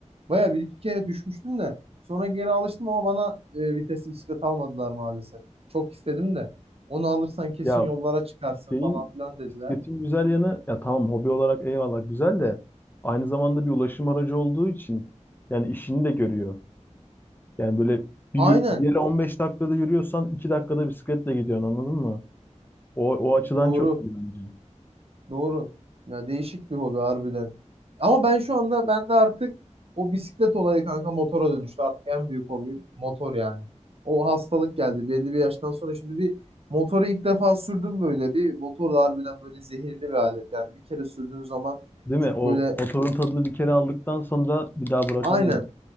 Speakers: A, on the right; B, on the left.
A: Baya bir iki kere düşmüştüm de sonra geri alıştım ama bana e, vitesli bisiklet almadılar maalesef. Çok istedim de onu alırsan kesin
B: Ya
A: yollara çıkarsın
B: Şeyin
A: falan filan dediler.
B: bisikletin güzel yanı ya tamam hobi olarak eyvallah güzel de aynı zamanda bir ulaşım aracı olduğu için yani işini de görüyor. Yani böyle bir,
A: Aynen
B: yür- bir yere 15 dakikada yürüyorsan 2 dakikada bisikletle gidiyorsun anladın mı? O, o açıdan
A: doğru
B: çok iyi bence.
A: doğru ya değişik bir hobi harbiden. Ama ben şu anda bende artık o bisiklet olayı kanka motora dönüştü artık en büyük hobi motor yani. O hastalık geldi belli bir yaştan sonra şimdi bir motoru ilk defa sürdüm böyle bir motor da harbiden böyle zehirli bir alet yani bir kere sürdüğün zaman
B: Değil
A: çok
B: mi? O
A: böyle
B: motorun tadını bir kere aldıktan sonra bir daha bırakamıyorum.
A: Aynen.